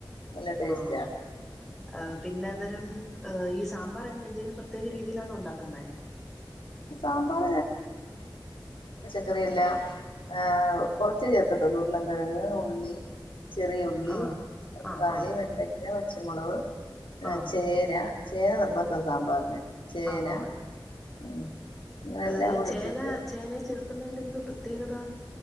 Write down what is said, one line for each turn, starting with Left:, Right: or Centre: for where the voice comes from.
Left: നല്ല ടേസ്റ്റാ
Centre: ആഹ് ആ പിന്നന്നേരം ഏഹ് ഈ സാമ്പാറെങ്ങനെ എന്തേലും പ്രത്യേക രീതീലാന്നോ ഉണ്ടാക്കുന്നേ
Left: സാമ്പാർ ക്കറിയെല്ലാം ഏഹ് കൊർച് ചേർക്കത്തൊള്ളു ഉരുളൻകിഴങ്ങ് ഉള്ളി ചെറിയുള്ളി
Centre: ആഹ്
Left: തക്കാളി
Centre: ആഹ് ആഹ്
Left: വെണ്ടയ്ക്ക പച്ച് ച്ചമുളവ് എഹ്
Centre: ആഹ്
Left: ചേന ചേന നിർബന്ധ സാമ്പാറിന് ചേന
Centre: ആന്നോ
Left: ഉം അങ്ങനെ
Centre: അഹ്
Left: എല്ലാം
Centre: ഈ
Left: കൂടി
Centre: ചേന
Left: ഇട്ടിട്ട്
Centre: ചേന ചെർ ക്കുന്നതെന്റെന്തോ പ്രത്യേകത